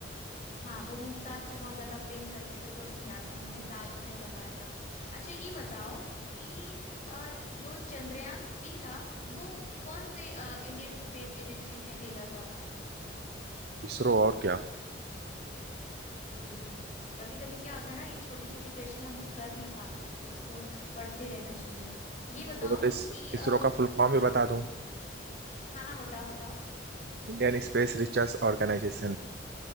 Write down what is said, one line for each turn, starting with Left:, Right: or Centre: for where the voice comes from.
Left: हाँ वो मुमताज से बहुत ज्यादा प्रेम करते थे तो उनकी याद में उन्होंने ताजमहल बनवाया था अच्छा ये बताओ कि अ, जो चंद्रयान थ्री था वो कौन से अ, इंडियन स्पेस एजेंसी ने भेजा था
Right: इसरो और क्या
Left: हाँ बिल्कुल कभी कभी क्या होता है ना ये छोटे छोटे क्वेश्चन हम लोग कर नहीं पाते हैं तो इसको पढ़ते रहना चाहिए ये बताओ
Right: बोलो तो इस
Left: कि आ,
Right: इसरो का फुल फॉर्म
Left: हाँ
Right: भी बता दूं
Left: हाँ हाँ बताओ बताओ
Right: Indian space research organisation